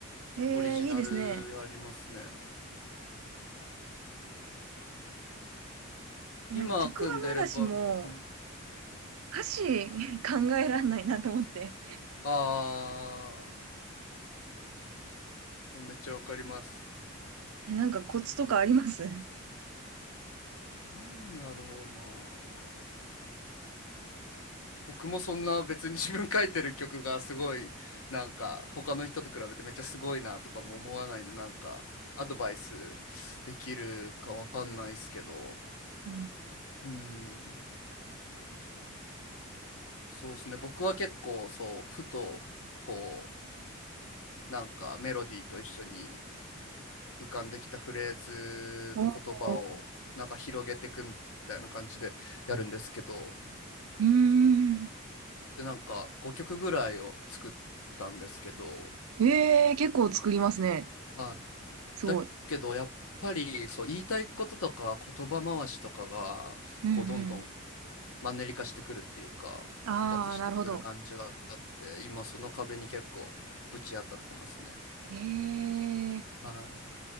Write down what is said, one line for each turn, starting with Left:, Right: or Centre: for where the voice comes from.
Right: えー、
Left: オリジナルやりますね。
Right: いいですね。え、
Left: 今組んでるバンうん。
Right: なんか曲はまだしも、歌詞 <laughs> 考えらんないなと思って。
Left: あーめっちゃわかります。
Right: え、なんかコツとかあります
Left: なんやろうな。僕もそんな別に自分書いてる曲がすごいなんか他の人と比べてめっちゃすごいなとかも思わないんでなんかアドバイスできるかわかんないですけど
Right: うん。
Left: うんそうですね僕は結構そうふとこうなんかメロディーと一緒に浮かんできたフレーズと言葉をなんか広げていくみたいな感じでやるんですけど
Right: おー。うーん。
Left: でなんか5曲ぐらいを作ったんですけど
Right: えー、結構作りますね。
Left: はい
Right: すごい。
Left: だけどやっぱりそう言いたいこととか言葉回しとかがこうどんどん
Right: うんう
Left: マンネリ化してくるっていうか枯渇してくる感じがあって今その壁に結構ぶち当たってますね。
Right: ん。ああなるほど。えー、
Left: は